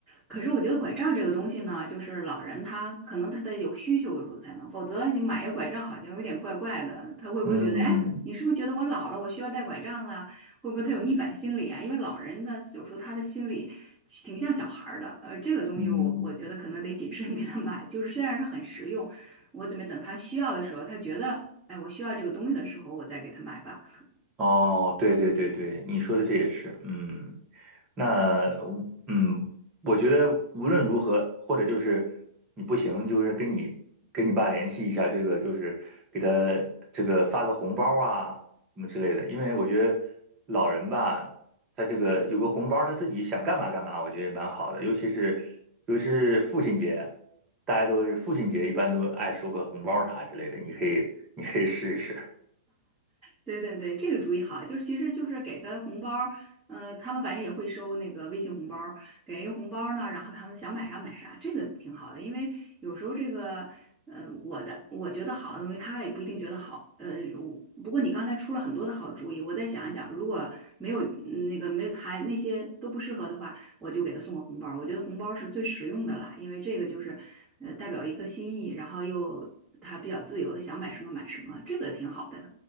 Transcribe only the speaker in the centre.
可是我觉得拐杖这个东西呢，就是老人他可能他得有需求的时候才能，否则你买一个拐杖好像有点怪怪的，他会不会觉得，
哎，你是不是觉得我老了，我需要带拐杖了？会不会他有逆反心理啊？因为老人的有时候他的心理挺像小孩儿的，呃，这个东西我我觉得可能得谨慎
<laughs> 给他买，就是虽然是很实用，我准备等他需要的时候，他觉得，哎，我需要这个东西的时候，我再给他买吧。
对对对，这个主意好，就是其实就是给个红包儿，呃，他们反正也会收那个微信红包儿给一个红包儿呢，然后他们想买啥买啥，这个挺好的，因为有时候这个，呃，我的我觉得好的东西，他也不一定觉得好，呃，我不过你刚才出了很多的好主意，我再想一想，如果没有嗯那个没有还那些都不适合的话，我就给他送个红包儿我觉得红包儿是最实用的啦，因为这个就是，呃，代表一个心意，然后又他比较自由的想买什么买什么，这个挺好的。